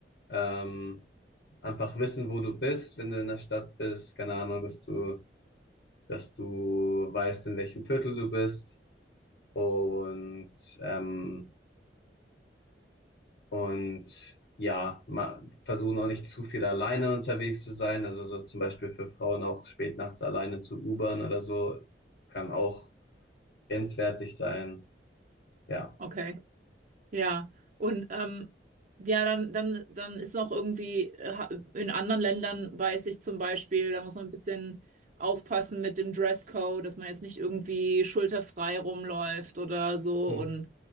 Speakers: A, on the left (about 65°); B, on the right (about 45°).
A: Ähm, einfach wissen, wo du bist, wenn du in der Stadt bist. Keine Ahnung, dass du, dass du weißt, in welchem Viertel du bist. Und, ähm, und ja, ma- versuchen auch nicht zu viel alleine unterwegs zu sein. Also so zum Beispiel für Frauen auch spät nachts alleine zu Ubern oder so, kann auch grenzwertig sein. Ja.
B: Okay. Ja, und ähm, ja, dann, dann, dann ist noch irgendwie, äh, ha- in anderen Ländern weiß ich zum Beispiel, da muss man ein bisschen aufpassen mit dem Dresscode, dass man jetzt nicht irgendwie schulterfrei rumläuft oder so
A: Hm.
B: und